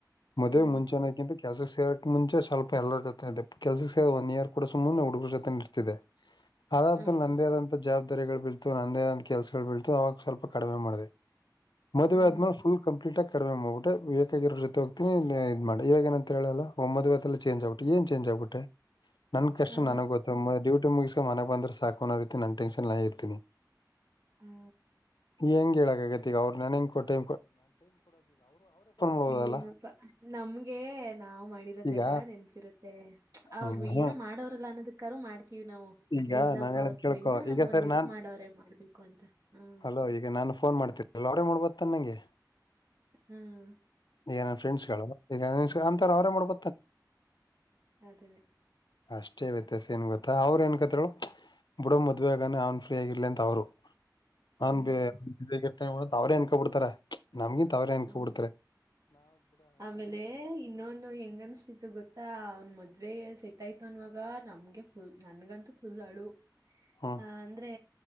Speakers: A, on the left; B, on the right.
A: ಮೊದ್
B: ಹ್ಮ್
A: ಮುಂಚೆತ ಕೆಲಸ ಸೇ ಮುಂಚೆ ಸ್ವಲ್ಪ ಎಲ್ಲರ ಜೊತೆ ಕೆಲ್ಸಕ್ಕೆ ಸ ಒನ್ ಇಯರ್ ಕೂಡ ಸುಮ್ಮನೆ ಹುಡುಗರ್ ಜೊತೆ ನಿಡ್ತಿದೆ ಅದಾದ್ಮೂ
B: ಹೌದು
A: ನಂದೇ ಆದಂತಥ ಜವಾಬ್ದಾರಿಗಳು ಬೀಳ್ತು ನಂದೇ ಆದಂತಥ ಕೆಲ್ಸಗಳು ಬೀಳ್ತು ಅವಾಗ ಸ್ವಲ್ಪ ಕಡಿಮೆ ಮಾಡಿದೆ ಮದುವೆ
B: ಹ್ಮ್
A: ಆದ್ ಫುಲ್ ಕಂಪ್ಲೀಟ್ ಆಗ ಕಡಿಮೆ ಹೋಗಿಬಿಟ್ಟು ಬೇಕಾಗಿರೋ ಜೊತೆ ಹೋಗ್ತೀನ ಇ ಮಾಡಿಗ ಏನ ಅಂತ ಹೇಳಲ್ಲ ಒೊದ್ ಚೇಂಜ್ ಆಗ್ಬಿಟ್ಟ ಏ ಚೇಂಜ್ ಆಗ್ಬಿಟ್ಟೆ ನನ್ ಕಷ್ಟ
B: ಆ
A: ನನಗ್ ಗೊತ್ತ ಡೂಟಿ ಮುಗ ಮನೆ ಬಂದ್ರೆ ಸಾಕು ಅರೀತಿ ನನ್ ಟೆನ್ ಇರ್ತೀನಿ
B: ಹ್ಮ
A: ಹೆಂಗಗೆ ಹೇಳಕ್ಕಾಗತ್ತೆಗ ಅವ್ರು ನನಗೆ ಕೊಟ್ಟೆ ಮಾಡ್ಬೋದಲ್ಲ
B: ಏನಪ್ಪಾ ನಮ್ಗೆ ನಾವು ಮಾಡಿರೋದ
A: ಈಗ
B: ದೆಲ್ಲ ನೆನ್ಪಿರುತ್ತೆ ಅವ್ರು
A: ಹ್ಮ್ ಹ್ಮ್
B: ಏನೋ ಮಾಡೋರಲ್ಲ ಅನ್ನದಕ್ಕ ಮಾಡ್ತ ನಾವು
A: ಈಗ
B: ಏ ಇಲ್ಲಪ್ಪ
A: ನಾನು ಹೇಳೋದ್
B: ಅವತ್
A: ಕೇಳ್ಕೊ
B: ನ ನಮ್ಗೊಂದ
A: ಈಗ ಸರಿ
B: ಎಲ್
A: ನಾನ್
B: ಮಾಡವ್ರೇ ಮಾಡ್ಬೇಕು ಅಂತ ಹ್ಮ್
A: ಹಲೋ ಈಗ ನಾನು ಫೋನ್ ಮಾಡ್ತನಿ ಅವ್ರ ಮಾಡೋಬತ್ತನ್ ನಂಗೆ
B: ಹ್ಮ್
A: ಈಗ ನನ್ನ ಫ್ರೆಂಡ್ಸ್ಗಳು ಈಗ ಅಂತರ ಅವರೇ ಮಾಡ್ಬತಾನ
B: ಅದನ್ನೇ
A: ಅಷ್ಟೇ ವ್ಯತ್ಯಾಸ ಏನ್ ಗೊತ್ತಾ ಅವ್ ಏನ್ಕತ್ರು ಬುಡೋ ಮದ್ವೆೆಗನೇ ಅವನ್ ಫ್ರೀ ಆಗಿರ್ಲಿ ಅಂತ ಅವರು ಹನ್
B: ಹ್ಮ್
A: ಇರ್ತ ಅವ್ರೇ ಅನ್ಕೊ ಬಿಡ್ತಾರ ನಮ್ಗಿಂತ ಅವ್ರೇ ಎನ್ಕೊ
B: ಹ್ಮ್
A: ಬಿಡ್ತಾರ
B: ಆಮೇಲೆ ಇನ್ನೊಂದು ಹೆಂಗ್ ಅನ್ಸ್ತಿತ್ತು ಗೊತ್ತಾ ಅವನ್ ಮದ್ವೆ ಆಯ್ತು ಅನ್ವಾಗ ನಮ್ಗೆ ಫುಲ್ ನನ್ಗಂತೂ ಫುಲ್ ಅಡು
A: ಹೌ
B: ಹ ಅಂದ್ರೆ